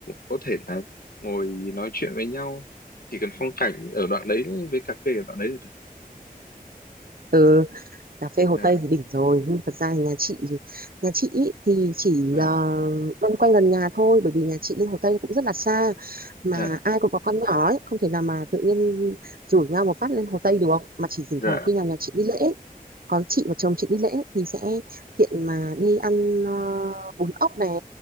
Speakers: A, on the left; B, on the right.
A: có thể là ngồi nói chuyện với nhau chỉ cần phong cảnh ở đoạn đấy với cà phê ở đoạn đấy là được
B: ừ. cà phê Hồ
A: dạ
B: Tây thì đỉnh rồi nhưng thật ra thì nhà chị nhà chị ý thì chỉ
A: dạ
B: uh, loanh quanh gần nhà thôi bởi vì nhà chị lên Hồ Tây cũng rất là xa mà
A: dạ
B: ai cũng có con nhỏ ấy không thể nào mà tự nhiên rủ nhau một phát lên Hồ Tây được mà chỉ thỉnh
A: dạ
B: thoảng khi nào nhà chị đi lễ còn chị và chồng chị đi lễ thì sẽ tiện mà đi ăn ờ, bún ốc này